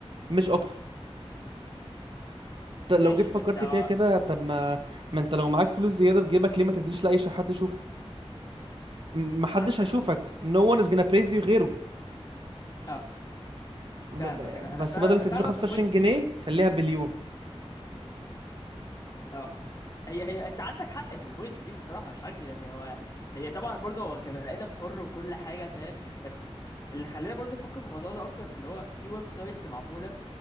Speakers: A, on the right; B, on the left.
A: مش اكتر انت لو
B: ماشي
A: جيت فكرت
B: بس هو
A: فيها كده طب ما ما انت لو معاك فلوس زيادة في جيبك ليه ما تديش لاي شحات تشوفه م- محدش
B: عشان
A: هيشوفك no one is gonna praise you غيره
B: اه
A: ب-
B: فاهمك
A: ب-
B: انا انا
A: بس
B: فا-
A: بدل ما تديله
B: فاهمك
A: 25
B: في البوينت
A: جنيه
B: دي
A: خليها بليون
B: اه هي هي انت عندك حق في البوينت دي الصراحه مش هكدب يعني هو هي طبعا برضه هو كبني ادم حر وكل حاجه فاهم بس اللي خلاني برضه افكر في الموضوع ده اكتر اللي هو في ويب سايتس معموله